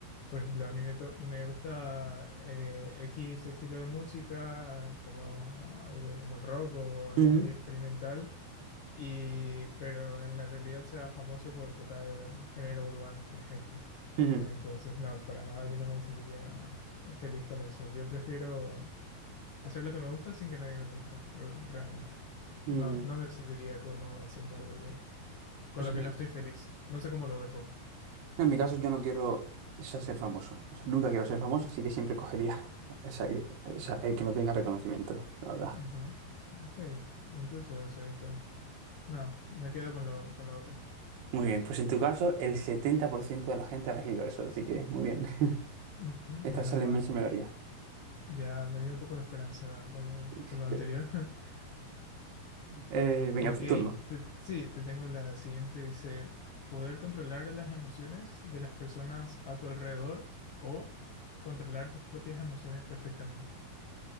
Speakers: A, on the left (about 65°); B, on the right (about 80°).
A: por ejemplo, a mí me, to- me gusta eh, X estilo de música, como algo como el rock o algo
B: Ujú,
A: muy experimental. Y, pero en la realidad sea famoso por tocar mm, género urbano, por ejemplo.
B: ujú,
A: Entonces, no, para nada yo no me sentiría feliz con eso. Yo prefiero hacer lo que me gusta sin que nadie me conozca, eh, realmente.
B: mm.
A: No, no me sentiría cómodo haciendo algo que, con
B: Pues
A: lo
B: en
A: que
B: mi,
A: no estoy feliz. No sé cómo lo ves vos.
B: en mi caso, yo no quiero esa- ser famoso. O sea, nunca quiero ser famoso, así que siempre cogería <laughs> esa, esa- el que no tenga reconocimiento, la verdad.
A: Ajá. Sí, es- incluso eso y todo. No, me quedo con lo, con lo otro.
B: Muy bien, pues en tu caso el 70% de la gente ha elegido eso, así que muy bien.
A: Ujú,
B: <laughs>
A: Menos
B: Esta es la
A: mal.
B: inmensa mayoría.
A: Ya me dio un poco de esperanza con lo,
B: <laughs>
A: con lo anterior. <laughs>
B: Eh, venga,
A: Ok,
B: tu turno.
A: te- sí, te tengo la siguiente. Dice, poder controlar las emociones de las personas a tu alrededor o controlar tus propias emociones perfectamente.